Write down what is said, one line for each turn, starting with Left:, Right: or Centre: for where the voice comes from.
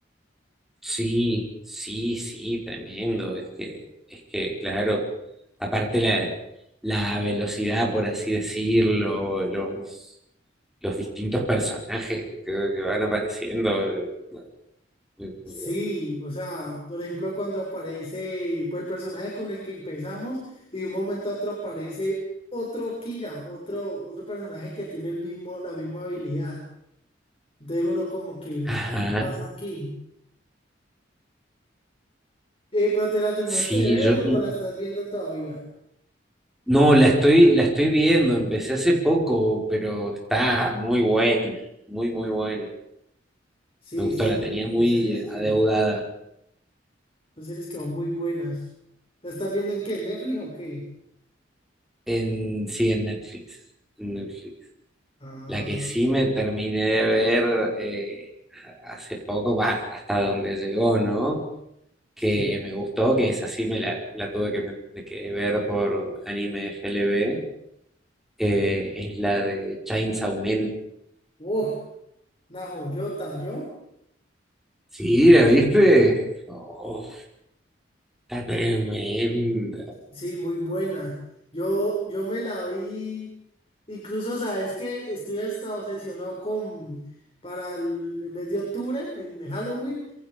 Centre: Sí, sí, sí, tremendo. Es que, es que, claro, aparte la, la velocidad, por así decirlo, los, los distintos personajes que, creo que van apareciendo, eh, bueno, muy, muy
Left: Sí,
Centre: bueno.
Left: o sea, por ejemplo, cuando aparece, pues el personaje con el que empezamos y de un momento a otro aparece otro Kira, otro, otro personaje que tiene el mismo, la misma habilidad. Entonces uno como que,
Centre: Ajá.
Left: ¿qué pasa aquí? Eh, ¿pero te la terminaste
Centre: Sí,
Left: de ver
Centre: yo
Left: o,
Centre: mm,
Left: o la estás viendo todavía?
Centre: no, la estoy, la estoy viendo, empecé hace poco, pero está muy buena, muy, muy buena.
Left: Sí,
Centre: Me gustó,
Left: sí,
Centre: la tenía
Left: son
Centre: muy
Left: series que...
Centre: adeudada
Left: Son series que son muy buenas. ¿La estás viendo en qué? ¿Netflix o qué?
Centre: en sí, en Netflix. En Netflix.
Left: Ah,
Centre: La que sí me terminé de ver eh, hace poco, va, hasta donde llegó, ¿no? Que
Left: sí.
Centre: me gustó, que esa sí me la, la tuve que, me- de que ver por anime f FLB, eh, es la de Chainsaw Man.
Left: Uh, una joyota, ¿yo?
Centre: Sí, ¿la viste? Oh, está tremenda.
Left: Sí, muy buena. Yo, yo me la vi. Incluso, sabes que estoy hasta obsesionado con para el mes de octubre, en Halloween,